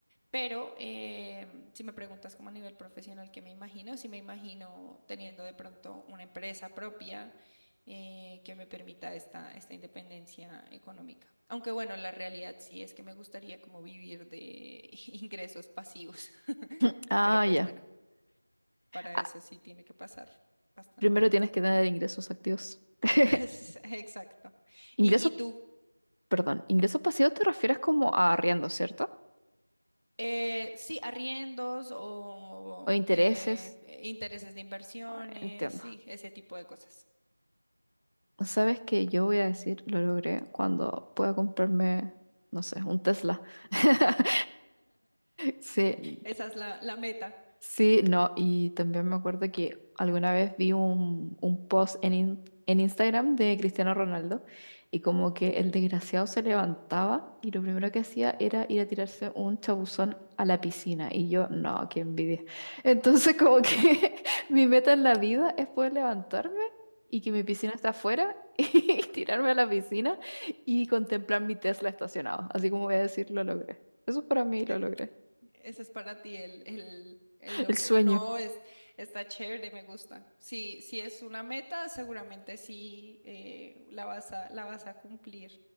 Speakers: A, on the left; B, on the right.
A: pero eh, si me preguntas como a nivel profesional, ¿qué me imagino? Sí me imagino teniendo de pronto una empresa propia eh, que me permita esta, esta independencia económica. Aunque bueno, la realidad sí es que me gustaría como vivir de <laughs> ingresos pasivos. <laughs>
B: <laughs> Ah,
A: Pero pues
B: ya.
A: bueno, para
B: Ah,
A: eso sí tiene que pasar bastante.
B: primero tienes que tener ingresos activos. <laughs>
A: <laughs> Exacto.
B: Ingresos,
A: ¿Y, y tú
B: perdón, ingresos pasivos te refieres como a arriendo, ¿cierto?
A: Eh, sí, arriendos o
B: O intereses.
A: eh, eh, intereses de inversiones,
B: Ah, Entiendo.
A: sí, ese tipo de cosas.
B: ¿Sabes que Yo voy a decir, lo logré cuando pueda comprarme, no sé, un Tesla. <laughs> Sí,
A: Esa es la, la meta.
B: Sí, no, y también me acuerdo que alguna vez vi un, un post en, in- en Instagram de Cristiano Ronaldo y como que el desgraciado se levantaba y lo primero que hacía era ir a tirarse un chabuzón a la piscina y yo, no, qué envidia. Entonces como que <laughs> mi meta en la vida es poder levantarme y que mi piscina está afuera <laughs> y tirarme a la piscina y contemplar mi Tesla estacionado. Así como voy a decir, lo logré. Eso para mí lo
A: Eh,
B: logré.
A: ese es para ti el, el, el logro.
B: El sueño.
A: No, es, está chévere, me gusta. Si, si es una meta, seguramente sí eh, la vas a, la vas a cumplir,